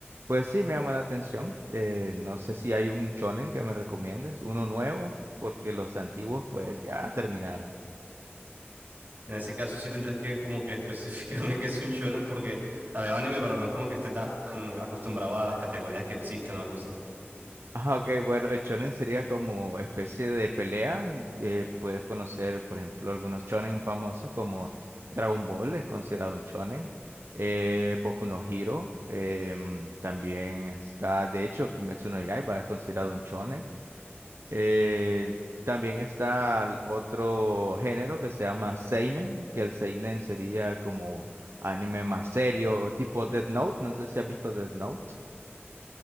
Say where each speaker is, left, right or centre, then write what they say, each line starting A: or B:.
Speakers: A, on the right; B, on the right.
A: pues sí, me llama la atención. Eh, no sé si hay un shonen que me recomiendes, uno nuevo, porque los antiguos pues
B: Bueno,
A: ya terminaron.
B: en ese caso sí tendrías que como que especificarme <laughs> que es un shonen porque, o sea, veo anime, pero no es como que esté tan acostumbrado a las categorías que existan o algo así.
A: Ah, ok, bueno, el shonen sería como especie de pelea. eh, puedes conocer, por ejemplo, algunos shonen famosos como Dragon Ball es considerado un shonen. eh, Boku no Hero em, también está, de hecho, Kimetsu no Yaiba es considerado un shonen. eh, también está el otro género que se llama seinen, que el seinen sería como anime más serio, tipo Death Note. No sé si has visto Death Note.